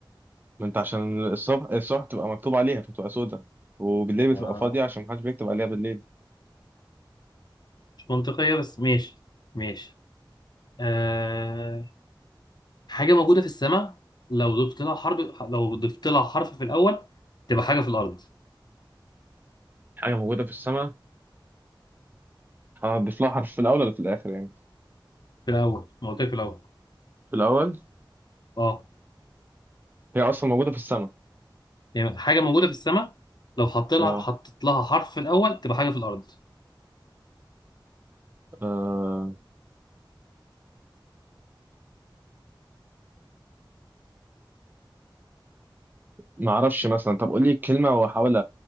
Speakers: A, on the right; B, on the left.
A: ما انت عشان الصبح الصبح بتبقى مكتوب عليها فتبقى سودة وبالليل بتبقى
B: آه.
A: فاضية عشان محدش بيكتب عليها بالليل
B: مش منطقية بس ماشي ماشي آه. حاجة موجودة في السماء لو ضفت لها حرف لو ضفت لها حرف في الأول تبقى حاجة في الأرض
A: حاجة موجودة في السماء هضيف لها حرف في الأول ولا في الآخر يعني
B: في الأول ما قلت لك في الأول
A: في الأول
B: اه
A: هي أصلا موجودة في السماء
B: يعني حاجة موجودة في السماء لو حطيت
A: اه
B: لها حطيت لها حرف في الأول تبقى حاجة في الأرض
A: آه، ما أعرفش مثلا طب قولي الكلمة وأحاول